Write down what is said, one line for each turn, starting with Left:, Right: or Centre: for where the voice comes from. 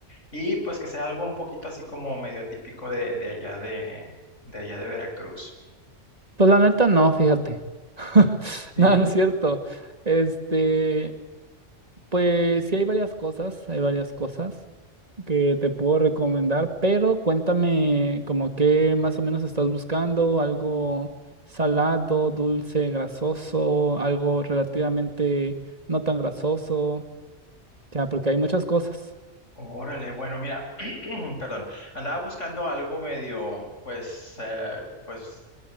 Left: y pues que sea algo un poquito así como medio típico de, de allá de, de allá de Veracruz.
Right: Pues la neta no, fíjate. <laughs>
Left: Sí,
Right: No, no es cierto. Este, pues sí hay varias cosas, hay varias cosas que te puedo recomendar, pero cuéntame como qué más o menos estás buscando, algo salado, dulce, grasoso, algo relativamente no tan grasoso, o sea, porque hay muchas cosas.
Left: Órale, bueno, mira, <clears throat> perdón, andaba buscando algo medio, pues, eh, pues